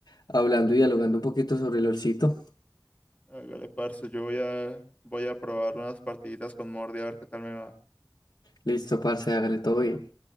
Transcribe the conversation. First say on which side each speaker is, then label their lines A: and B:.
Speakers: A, on the left (about 70°); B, on the left (about 20°).
A: hablando y dialogando un poquito sobre el olcito.
B: Hágale, parce, yo voy a, voy a probar unas partiditas con Mordi a ver qué tal me va.
A: Listo, parce, hágale todo bien.